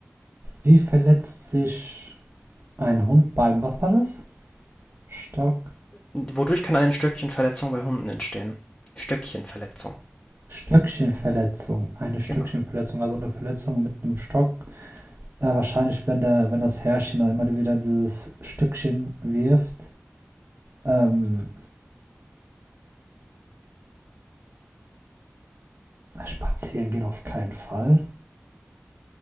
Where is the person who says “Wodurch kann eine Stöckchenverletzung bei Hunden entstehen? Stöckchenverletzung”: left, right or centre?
Left